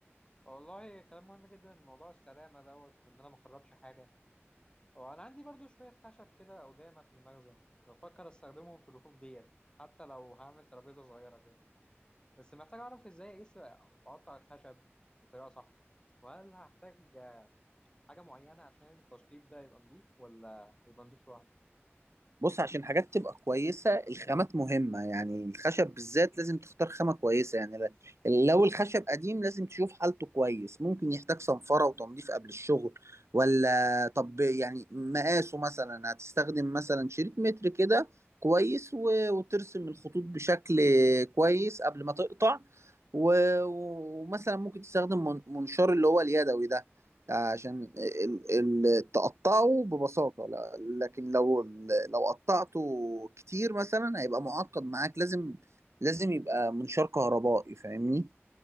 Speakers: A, on the left (about 20°); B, on the right (about 80°).
A: والله كلام مهم جدا موضوع السلامة دوت وإن أنا ما أخربش حاجة هو أنا عندي برضه شوية خشب كده أو دايمة في المخزن بفكر أستخدمهم في الرفوف ديت حتى لو هعمل ترابيزة صغيرة كده بس محتاج أعرف إزاي أقيس وأقطع الخشب بطريقة صح وهل هحتاج حاجة معينة عشان التشطيب ده يبقى نضيف ولا يبقى نضيف لوحده
B: بص عشان حاجات تبقى كويسة الخامات مهمة يعني الخشب بالذات لازم تختار خامة كويسة يعني ل- لو الخشب قديم لازم تشوف حالته كويس ممكن يحتاج صنفرة وتنظيف قبل الشغل ولا طب يعني مقاسه مثلا هتستخدم مثلا شريط متر كده كويس و- وترسم الخطوط بشكل كويس قبل ما تقطع و- ومثلا ممكن تستخدم من- منشار اللي هو اليدوي ده عشان ال- ال- تقطعه ببساطة لا- لكن لو لو قطعته كتير مثلا هيبقى معقد معاك لازم لازم يبقى منشار كهربائي فاهمني